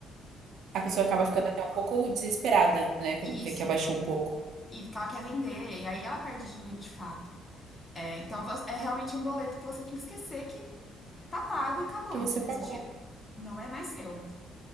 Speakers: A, on the right; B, on the left.
A: A pessoa acaba ficando até um pouco desesperada, né, quando
B: Isso,
A: vê que abaixou um pouco.
B: isso, que ela quer vender, e aí ela perde dinheiro de fato. É, então vo- é realmente um boleto que você tem que esquecer que tá pago e acabou,
A: Que
B: entendeu?
A: você pagou.
B: Esse dinheiro não é mais seu,